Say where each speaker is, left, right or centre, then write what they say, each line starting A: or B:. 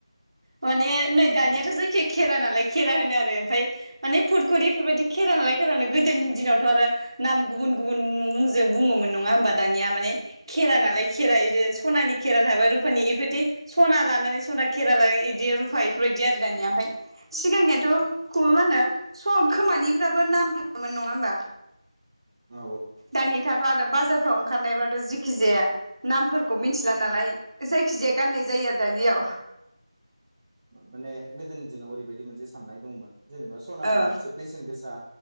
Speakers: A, on the right (about 50°); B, on the right (about 15°).
A: माने नै दानियाथ'
B: दा
A: जायखिया खेरा नालाय खेरा होनो आरो ओमफ्राय माने फुरखुरिफोरबायदि खेरा नालाय सोरानो गोदोनि दिनावथ' आरो नाम गुबुन गुबुन मुंजों बुङोमोन नङा होमबा दानिया माने खेरा नालाय खेरा इदि सनानि खेरा थाबाय रुपानि इफोरदि सना लाना नानै सना खेरा लायो बिदि रुफा इफोरबायदि आरो <unintelligible> आमफ्राय सिगांनियाथ' ख मा होनो स खोमानिफ्राबो नाम थायोमोन नङा होमबा
B: औ
A: दानिथाथ' आरो
B: ने
A: बाजारफ्राव ओंखारनायबथ' जि खि जाया नामफोर खौ मिथिला नालाय जाय <unintelligible> गाननाय जायो आरो दानियाव
B: माने गोदोनि दिनाव ओरैबायदि मोनसे साननाय दंमोन। जेनेबा सनाखौ
A: औ
B: मोनसे बेसेन गोसा